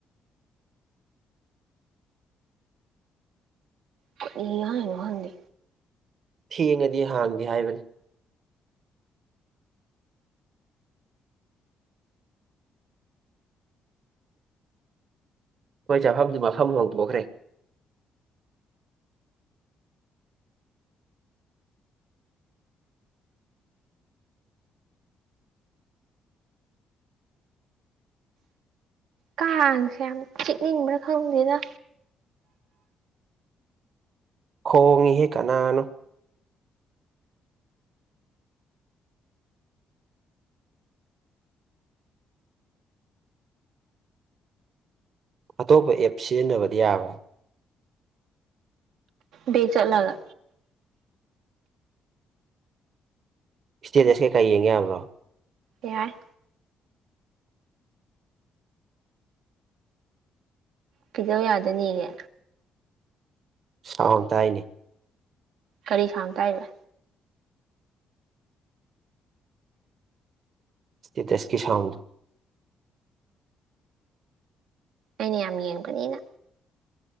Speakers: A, on the right; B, on the right.
A: ꯀꯔꯤ ꯍꯥꯏꯅꯣ ꯈꯪꯗꯦ
B: ꯊꯦꯡꯉꯗꯤ ꯍꯥꯡꯗꯦ ꯍꯥꯏꯕꯅꯤ ꯈꯣꯏ ꯆꯥꯐꯝꯗꯤ ꯃꯐꯝ ꯍꯧꯇꯣꯈ꯭ꯔꯦ
A: ꯀꯥꯡꯁꯦ ꯌꯥꯝ ꯆꯤꯛꯅꯤꯡꯕ꯭ꯔꯥ ꯈꯪꯗꯦꯗ
B: ꯈꯣꯡꯉꯤꯍꯦ ꯀꯅꯥꯅꯣ ꯑꯇꯣꯞꯄ ꯑꯦꯞ ꯁꯤꯖꯤꯟꯅꯕꯗꯤ ꯌꯥꯕ꯭ꯔꯥ
A: ꯕꯦꯛ ꯆꯠꯂꯒ
B: ꯏꯁꯇꯦꯗꯁ ꯀꯩꯀꯥ ꯌꯦꯡ ꯌꯥꯕ꯭ꯔꯣ
A: ꯌꯥꯏ ꯀꯩꯗꯧ ꯌꯥꯗꯅꯤꯒꯦ
B: ꯁꯥꯎꯟ ꯇꯥꯏꯅꯦ
A: ꯀꯔꯤ ꯁꯥꯎꯟ ꯇꯥꯏꯕ
B: ꯏꯁꯇꯦꯇꯁꯀꯤ ꯁꯥꯎꯟꯗꯣ
A: ꯑꯩꯅ ꯌꯥꯝ ꯌꯦꯡꯕꯅꯤꯅ